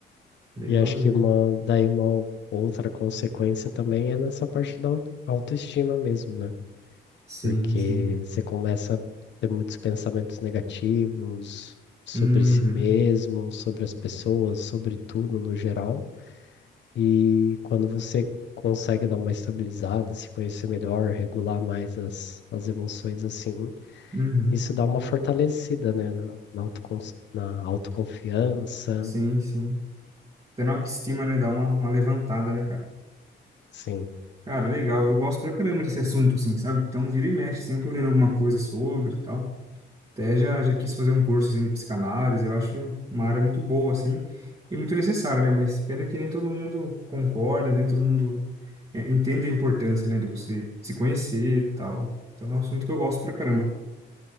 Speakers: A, on the right; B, on the left.
A: Legal
B: E acho
A: mesmo.
B: que uma, daí uma outra consequência também é nessa parte da au- autoestima mesmo, né?
A: Sim,
B: Porque
A: sim.
B: você começa a ter muitos pensamentos negativos sobre
A: Uhum.
B: si mesmo, sobre as pessoas, sobre tudo no geral. E quando você consegue dar uma estabilizada, se conhecer melhor, regular mais as, as emoções assim,
A: Uhum.
B: isso dá uma fortalecida, né? Na, na, autocon- na autoconfiança,
A: Sim, sim. Até na autoestima, né? Dá uma, uma levantada, né, cara?
B: sim,
A: Cara, legal. Eu gosto pra caramba desse assunto, assim, sabe? Então, vira e mexe, assim, eu tô lendo alguma coisa sobre e tal. Até já, já quis fazer um curso, assim, de psicanálise. Eu acho uma área muito boa, assim, e muito necessária, né? Mas pena que nem todo mundo concorda, nem todo mundo é, entende a importância, né, de você se conhecer e tal. Então, é um assunto que eu gosto pra caramba.